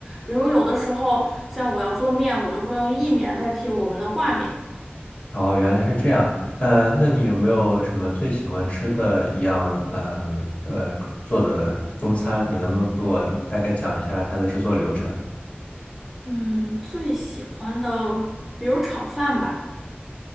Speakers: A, in the centre; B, on the left.
A: 比如有的时候像我要做面，我就会用意面代替我们的挂面。
B: 哦，原来是这样。呃，那你有没有什么最喜欢吃的一样呃呃做的中餐？你能不能给我大概讲一下它的制作流程？
A: 嗯，最喜欢的，比如炒饭吧。